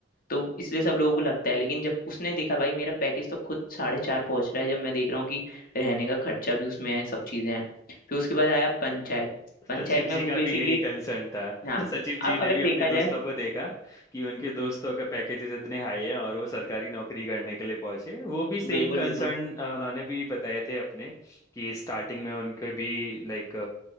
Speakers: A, on the left (about 50°); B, on the left (about 20°).
A: तो इसलिए सब लोगों को लगता है लेकिन जब उसने देखा भाई मेरा पैकेज तो खुद साढ़े चार पहुंच रहा है जब मैं देख रहा हूँ कि रहने का खर्चा भी उसमें है सब चीजें हैं फिर उसके बाद आया पंचायत पंचायत
B: सचिव जी
A: में वो
B: का
A: बेसिकली
B: भी यही कंसर्न था <laughs>
A: हाँ
B: सचिव जी
A: अब
B: ने
A: अगर
B: भी
A: देखा
B: अपने दोस्तों
A: जाए
B: को देखा कि उनके दोस्तों का पैकेजेस इतने हाई है और वो सरकारी नौकरी करने के लिए पहुंचे वो भी सेम
A: बिल्कुल
B: कंसर्न
A: बिल्कुल
B: उन्होंने भी बताए थे अपने कि स्टार्टिंग में उनके भी लाइक